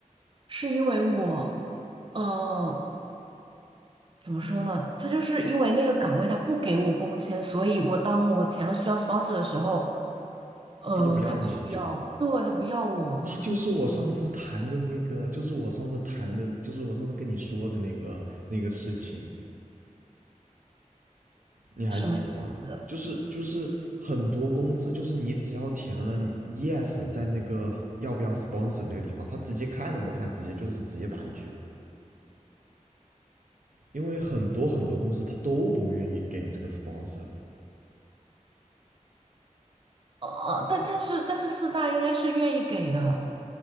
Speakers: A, on the right; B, on the right.
A: 是因为我，呃，怎么说呢？他就是因为那个岗位他不给我工签，所以我当我填了需要 sponsor 的时候，呃，
B: 他就不要你，
A: 他需要，
B: 就
A: 对，他不要我，
B: 那就是我上次谈的那个，就是我上次谈的，就是我上次跟你说的那个那个事情，你还记得吗？
A: 什么意思？
B: 就是就是很多公司，就是你只要填了 yes，在那个要不要 sponsor 那个地方，他直接看都不看，直接就是直接把你拒了，因为很多很多公司他都不愿意给这个 sponsor 的，
A: 呃，但但是但是四大应该是愿意给的。